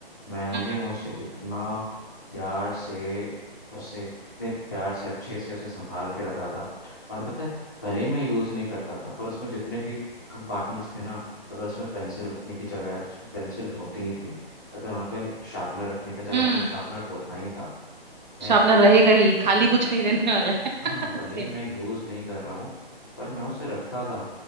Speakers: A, on the left; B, on the right.
A: मैंने
B: हम्म
A: उसे इतना प्यार से उसे इतने प्यार से अच्छे से उसे संभाल के रखा था और पता है भले ही मैं यूज़ नहीं करता था पर उसमें जितने भी कंपार्टमेंट्स थे ना अगर उसमें पेंसिल रखने की जगह है तो उसमें पेंसिल होती ही थी अगर वहाँ पे शार्पनर रखने का जगह
B: हम्म हम्म
A: उसमें शार्पनर
B: हम्म,
A: होता ही था मैं
B: शार्पनर रहेगा ही खाली कुछ नहीं रहने वाला है <laughs>
A: हाँ भले
B: सेम
A: ही मैं यूज़ नहीं कर रहा हूँ पर मैं उसे रखता था